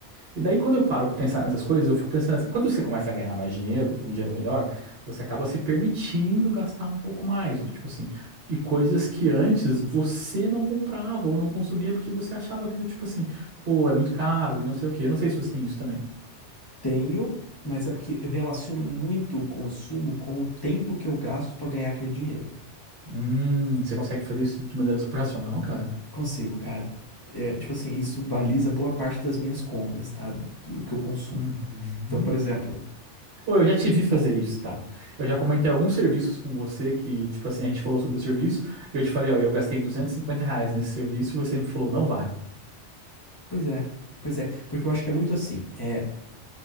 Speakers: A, on the right; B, on the left.
A: E daí, quando eu paro pra pensar nessas coisas, eu fico pensando assim, quando você começa a ganhar mais dinheiro, um dinheiro melhor, você acaba se permitindo gastar um pouco mais, do tipo assim, e coisas que antes você não comprava ou não consumia porque você achava que do tipo assim, pô, é muito caro e não sei o quê. Eu não sei se você tem isso também.
B: Tenho, mas é porque eu relaciono muito o consumo com o tempo que eu gasto para ganhar aquele dinheiro.
A: Hum, você consegue fazer isso de maneira super racional, cara?
B: Consigo, cara. É, tipo assim, isso baliza boa parte das minhas compras, tá? Do que eu consumo.
A: Uhum.
B: Então, por exemplo,
A: Ou eu já te vi fazer isso, cara. Eu já comentei alguns serviços com você que, tipo assim, a gente falou sobre o serviço, eu te falei, ó, eu gastei 250 reais nesse serviço e você me falou, não vale.
B: pois é, pois é, porque eu acho que é muito assim. É.